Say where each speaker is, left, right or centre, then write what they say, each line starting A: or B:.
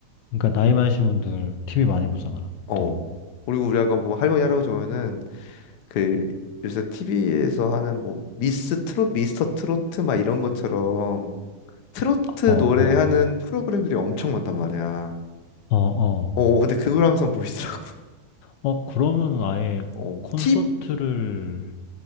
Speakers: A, on the left (about 85°); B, on the left (about 70°).
A: 그러니까, 나이 많으신 분들 TV 많이 보잖아,
B: 어.
A: 또.
B: 그리고 우리 아까 뭐 할머니 할아버지 보면은 그 요새 TV에서 하는 뭐 미스 트롯, 미스터 트로트 막 이런 것처럼 트로트
A: 어,
B: 노래하는
A: 어,
B: 프로그램들이 엄청 많단 말이야.
A: 어, 어.
B: 어, 근데 그걸 항상 보시더라고.
A: 어, 그러면 아예
B: <laughs> 어,
A: 콘서트를
B: 팁?